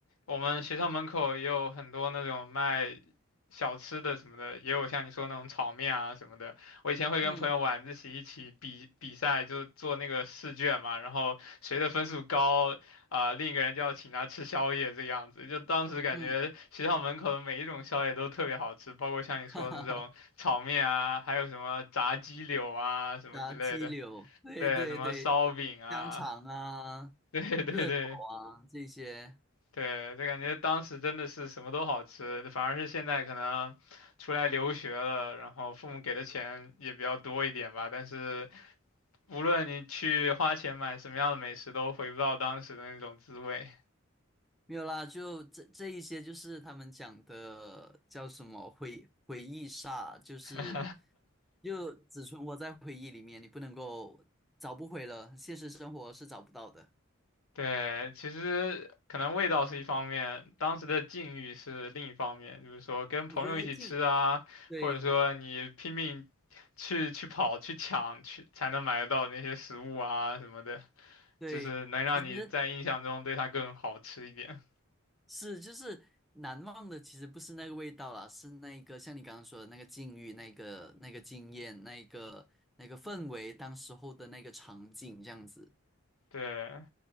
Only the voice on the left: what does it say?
我们学校门口也有很多那种卖小吃的什么的，也有像你说那种炒面啊什么的。我以前会跟朋友晚自习一起比比赛，
就做那个试卷嘛，然后谁的分数高啊、另一个人就要请他吃宵夜这个样子。就当时感觉学校门口的每一种宵夜都特别好吃，
包括像你说的那种炒面啊，
还有什么炸鸡柳啊什么之类的。
对，什么烧饼啊，
<laughs> 对对对
对，就感觉当时真的是什么都好吃，反而是现在可能出来留学了，然后父母给的钱也比较多一点吧，但是无论你去花钱买什么样的美食，都回不到当时的那种滋味。
<laughs>
对，其实可能味道是一方面，当时的境遇是另一方面，就是说跟朋友一起吃啊，
或者说你拼命去去跑去抢去才能买得到那些食物啊什么的。
就是能让你在印象中对它更好吃一点。
对，